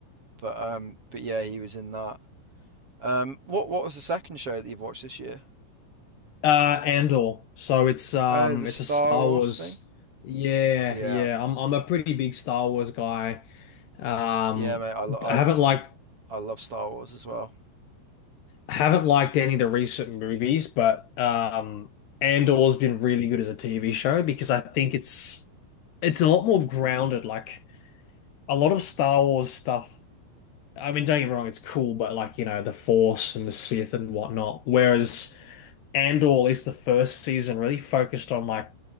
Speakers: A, on the right; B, on the left.
A: But um but yeah, he was in that. Um, what what was the second show that you've watched this year?
B: Uh Andor. So it's um
A: Oh, the
B: it's
A: Star
B: a Star
A: Wars
B: Wars.
A: thing?
B: Yeah,
A: Yeah.
B: yeah. I'm I'm a pretty big Star Wars guy. Um
A: Yeah, mate, I, lo-
B: I haven't liked
A: I, I love Star Wars as well.
B: haven't liked any of the recent movies, but um, Andor's been really good as a TV show because I think it's it's a lot more grounded. Like a lot of Star Wars stuff. I mean, don't get me wrong, it's cool, but like you know, the Force and the Sith and whatnot. Whereas Andor, at least the first season, really focused on like